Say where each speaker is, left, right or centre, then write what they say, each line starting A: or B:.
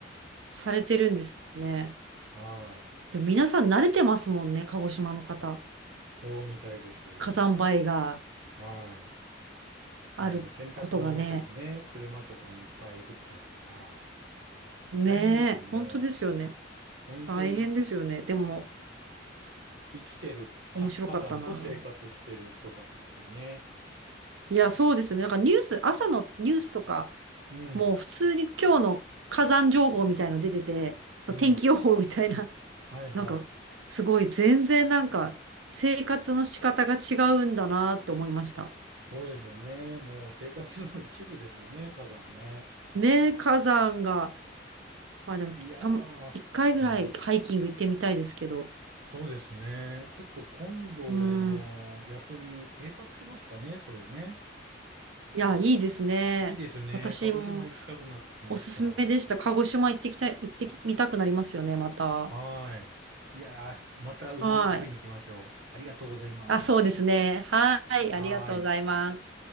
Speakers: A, on the right; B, on the right.
A: されてるんですね。
B: はい。
A: でも皆さん慣れてますもんね、鹿児島の方。
B: そうみたいです。
A: 火山灰が
B: はい。
A: あることがね。
B: もう洗濯物とかね、車とかにいっぱい降っちゃうから、
A: ね
B: 大変ですよね。
A: え、本当ですよね。
B: 本当に
A: 大変ですよね。でも、
B: 生きてる活火山と生活してる人たちですよね。
A: 面白かったな。いや、そうですよね。なんかニュース、朝のニュースとか、
B: うん。
A: もう普通に今日の火山情報みたいの出てて、そう、
B: うん。
A: 天気予報みたいな
B: はいはい。
A: なんか、すごい、全然なんか、生活の仕方が違うんだなって思いました。
B: そうですよね。もう生活の一部ですよね、火山ね。
A: ね、火山が、まあでも、
B: いやー、
A: たん一回ぐらいハイキング行ってみたいですけど。
B: うん。そうですね。ちょっと今度の休み計画しますかね、
A: うん。
B: それね。
A: いや、いいですね。
B: いいですね。
A: 私も
B: 鹿児島行きたくなってきました。
A: おすすめでした。
B: は
A: 鹿児島行ってきたい、行ってみたくなりますよね、また。
B: ーい。いやー、またうどん食べに行きましょう。
A: はい。
B: ありがとうございます。
A: あ、そうですね。はい。
B: はーい。
A: ありがとうございます。